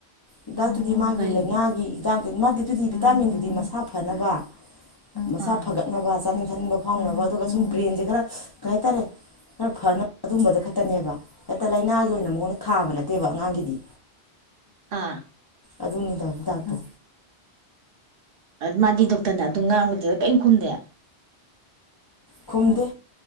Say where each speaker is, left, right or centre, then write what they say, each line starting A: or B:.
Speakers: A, on the left; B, on the right.
A: ꯍꯤꯗꯥꯛꯇꯨꯗꯤ ꯃꯥꯒꯤ
B: ꯀꯔꯤꯒꯤ
A: ꯂꯥꯏꯅꯥꯒꯤ ꯍꯤꯗꯥꯛꯝꯇꯗꯤ ꯃꯥꯗꯤ ꯑꯗꯨꯗꯤ ꯚꯤꯇꯥꯃꯤꯟꯗꯨꯗꯤ ꯃꯁꯥ ꯐꯅꯕ ꯃꯁꯥ
B: ꯑꯥ
A: ꯐꯒꯠꯅꯕ ꯆꯥꯅꯤꯡ ꯟꯕ ꯐꯥꯎꯅꯕ ꯑꯗꯨꯒ ꯁꯨꯝ ꯕ꯭ꯔꯦꯟꯁꯦ ꯈꯔ ꯀꯩ ꯍꯥꯏꯇꯥꯔꯦ ꯈꯔ ꯐꯅꯕ ꯑꯗꯨꯒꯕꯗ ꯈꯛꯇꯅꯦꯕ ꯇ ꯂꯩꯥꯏꯅ ꯍꯥꯏꯒ ꯑꯩꯅ ꯃꯉꯣꯟꯗ ꯊꯥꯕ ꯅꯠꯇꯦꯕ ꯑꯉꯥꯡꯒꯤꯗꯤ
B: ꯑꯥ
A: ꯑꯗꯨꯅꯤꯗ ꯍꯤꯗꯥꯛꯇꯣ
B: ꯃꯥꯗꯤ ꯗꯣꯛꯇꯔꯅ ꯑꯗꯨ ꯉꯥꯡꯕꯗꯠ ꯀꯔꯤ ꯈꯨꯝꯗꯦ
A: ꯈꯨꯝꯗꯦ